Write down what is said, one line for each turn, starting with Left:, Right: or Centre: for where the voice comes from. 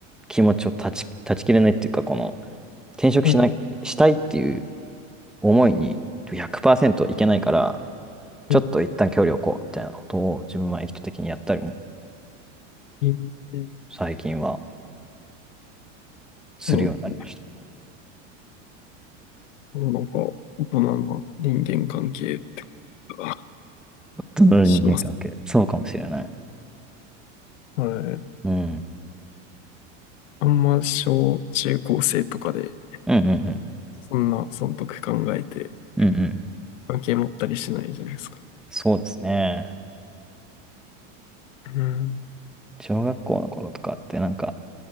Centre: 気持ちを断ち、断ち切れないっていうか、この転職しなしたいっていう
Left: はい。
Centre: 思いに100%いけないから、ちょっと一旦距離を置こうみたいなことを自分は意図的にやったりも
Left: うん。ええ
Centre: 最近はするようになりました。
Left: そうなんで、なんか、大人な人間関係ってことが
Centre: 人の人間関係。
Left: します。
Centre: そうかもしれない。
Left: はい。
Centre: うん。
Left: あんま小中高生とかで、
Centre: うんうんうん。
Left: そんな損得考えて、
Centre: うんうん。
Left: 関係持ったりしないじゃないですか。
Centre: そうですね。
Left: うん。
Centre: 小学校の頃とかってなんか